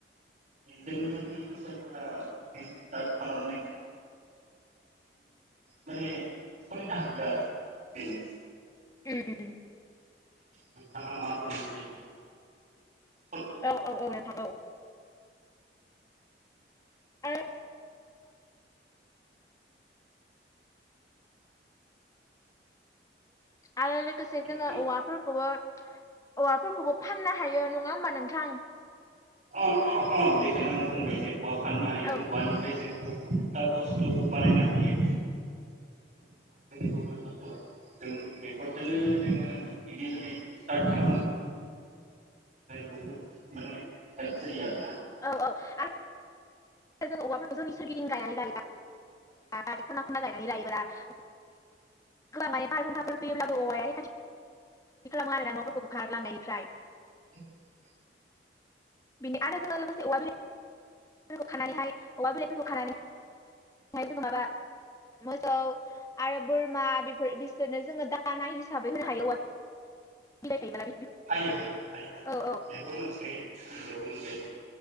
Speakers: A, on the right; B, on the left.
A: बिजों नो जोंहा स्टार्ट खालामनाय माने <unintelligible> बेनो
B: उम
A: नोंथाङा मा बुङो बेनि सायाव सलिनो
B: औ औ औ नोंथां औ आरो आरो लोगोसे
A: हागोन
B: जोङो औवाफोरखौबो औवाफोरखौबो फाननो हायो नङा होमबा नोंथां
A: अ अ अ बेखौनो आं बुंबाय जे औवा फाननो हायो
B: औ
A: जों औवानिफ्राय जों बस्थु बानायनो हायो <unintelligible> जों मेखरजोंनो जोङो <unintelligible> जोंनि थाखाय बुहुद माने हेल्प जायो आरो
B: औ औ आरो जों औवाफोरखौ जोंनि सोरगिदिं गायनानै लायोना बारि खना खना गायनानै लायोब्ला गोबां माने बारहुंखाफोर फैयोब्लाबो औवाया रैखाथि खालामो आरो ना न'फोरखौ बोखार लांनायनिफ्राय
A: <inaudible>
B: बिनि आरो जोङो लोगोसे औवा बिलाय खानानैहाय औवा बिलाइफोरखौ खानानैहाय जों माबा मोसौ आरो बोरमा बेफोर बिसोरनो जोङो दाना हिसाबै होनो हायो औवा नि बिलाइ थायोब्ला
A: हायो हायो
B: औ औ
A: बेबो मोनसे बेबो मोनसे